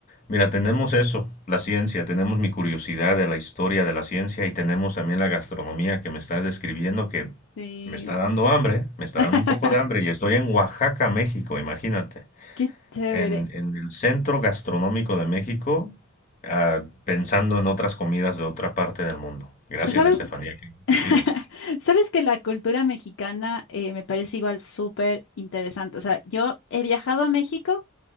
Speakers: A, on the left; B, on the left.
A: mira, tenemos eso, la ciencia, tenemos mi curiosidad de la historia de la ciencia y tenemos también la gastronomía que me estás describiendo que
B: Sí.
A: me está dando hambre, me está
B: <laughs>
A: dando un poco de hambre y estoy en Oaxaca, México, imagínate.
B: Qué chévere.
A: En, en el centro gastronómico de México, ah, pensando en otras comidas de otra parte del mundo. Gracias,
B: Pero sabes,
A: Estefanía, qué
B: <laughs>
A: qué chido.
B: Sabes que la cultura mexicana eh, me parece igual súper interesante. O sea, yo he viajado a México,